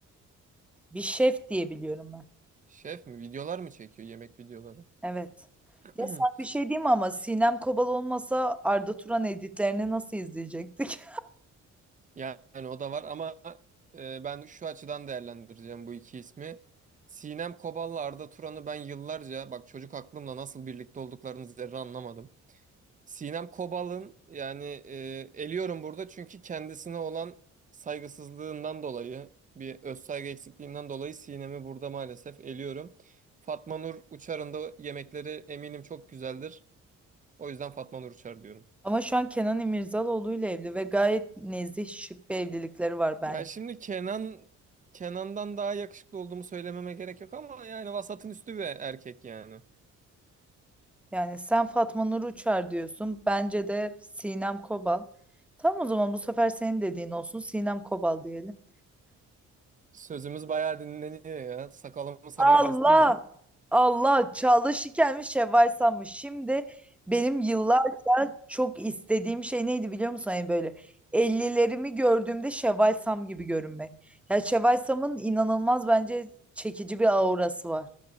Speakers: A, in the centre; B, on the right.
A: bir şef diye biliyorum ben.
B: Şef mi? Videolar mı çekiyor? Yemek videoları.
A: Evet.
B: <clears throat>
A: Ya sen bir şey diyeyim mi ama Sinem Kobal olmasa Arda Turan editlerini nasıl izleyecektik?
B: Yani o da var ama e, ben şu açıdan değerlendireceğim bu iki ismi. Sinem Kobal'la Arda Turan'ı ben yıllarca bak çocuk aklımla nasıl birlikte olduklarını zerre anlamadım. Sinem Kobal'ın yani e, eliyorum burada çünkü kendisine olan saygısızlığından dolayı bir özsaygı eksikliğinden dolayı Sinem'i burada maalesef eliyorum. Fatma Nur Uçar'ın da yemekleri eminim çok güzeldir. O yüzden Fatma Nur Uçar diyorum.
A: <laughs> Ama şu an Kenan İmirzalıoğlu ile evli ve gayet nezih şık bir evlilikleri var bence.
B: Ya şimdi Kenan Kenan'dan daha yakışıklı olduğumu söylememe gerek yok ama yani vasatın üstü bir erkek yani.
A: Yani sen Fatma Nur Uçar diyorsun. Bence de Sinem Kobal. Tamam o zaman bu sefer senin dediğin olsun. Sinem Kobal diyelim.
B: Sözümüz bayağı dinleniyor ya. Sakalımı sabah
A: Allah!
B: kestim de.
A: Allah! Çağla Şikel'miş, Şevval Sam'mış. Şimdi benim yıllarca çok istediğim şey neydi biliyor musun? Hani böyle Ellilerimi gördüğümde Şevval Sam gibi görünmek. Ya Şevval Sam'ın inanılmaz bence çekici bir aurası var.